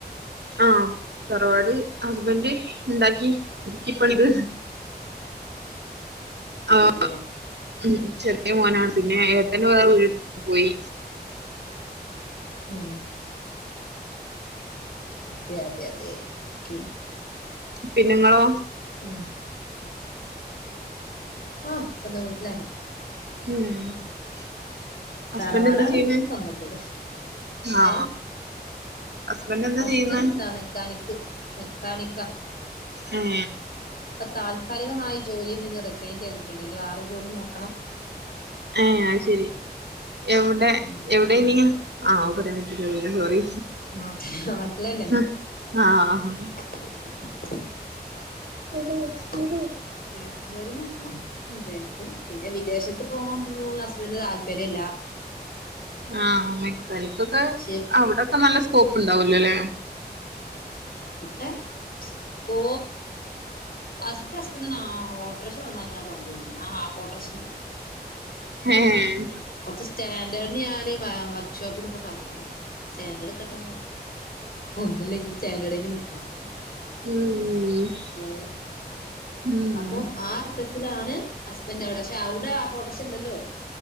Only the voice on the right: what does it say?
ആഹ് തറവാട് ഹസ്ബന്റ് ഇണ്ടാക്കി പുതുക്കി പണിത്
ആഹ് ഉം ചെറിയ മോനാണ് പിന്നെ ഏട്ടൻ വേറെ വീടെടുത്ത് പോയി
പിന്നിങ്ങളോ
ഉം ഹസ്ബൻഡ്
എന്താ ചെയ്യണേ
ആ
ഹസ്ബൻഡ് എന്താ
ചെയ്യുന്നേ
ഉം
ഏഹ് അയ് ശെരി എവിടെ
എവിടെയ് നിയ്യ് ആഹ് അത് പറയാൻ പറ്റുല്ലല്ലോ സോറി
ആഹ് ആഹ്
<inaudible>
ആഹ് മെക്കാനിക്കൊക്കെ
അവിടെക്കെ നല്ല സ്കോപ്പ് ഉണ്ടാവൂലോല്ലേ
<inaudible>
ഏഹ്
ഉം
ഉം